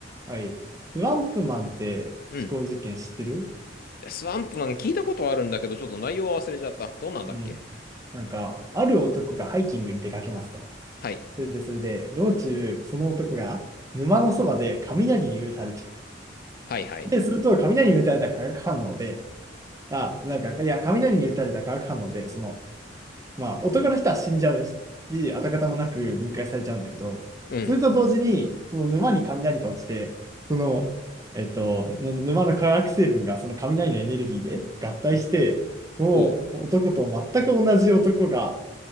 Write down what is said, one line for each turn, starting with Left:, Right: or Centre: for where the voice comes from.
Right: はい。フアンプマンって思考実験知ってる
Left: うん。スワンプマン聞いたことはあるんだけど、ちょっと内容は忘れちゃった。どんなんだっけ
Right: うん。なんか、ある男がハイキングに出かけますと。
Left: はい。
Right: それで、それで、道中、その男が沼のそばで雷に打たれちゃうと。
Left: はいはい。
Right: で、すると、雷に打たれた化学反応で、あ、なんか、いや、雷に打たれた化学反応で、その、まあ、男の人は死んじゃうし、跡形もなく分解されちゃうんだけど、
Left: うん。
Right: それと同時に、その沼に雷が落ちて、その、えっと、の沼の化学成分がその雷のエネルギーで合体して、もう男と全く同じ男が、
Left: おう。